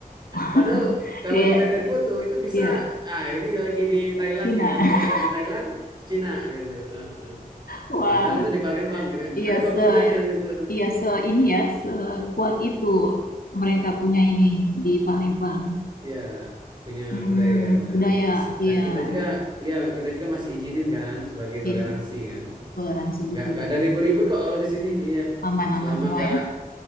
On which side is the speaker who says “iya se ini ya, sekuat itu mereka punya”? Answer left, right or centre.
Left